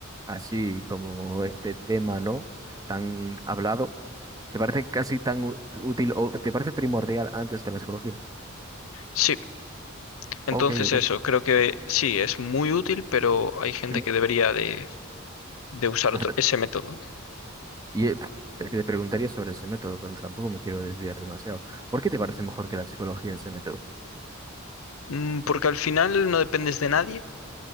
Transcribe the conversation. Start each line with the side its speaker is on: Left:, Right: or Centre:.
Right: así como este tema, ¿no? Tan hablado, ¿te parece casi tan ú- útil o te parece primordial antes que la psicología?
Left: Sí, entonces
Right: Ok, ok.
Left: eso, creo que sí, es muy útil, pero hay gente
Right: Ujú.
Left: que debería de, de usar
Right: O
Left: otro-
Right: sea,
Left: ese método.
Right: y eh, es que te preguntaría sobre ese método, pero tampoco me quiero desviar demasiado. ¿Por qué te parece mejor que la psicología ese método?
Left: Mm, Porque al final no dependes de nadie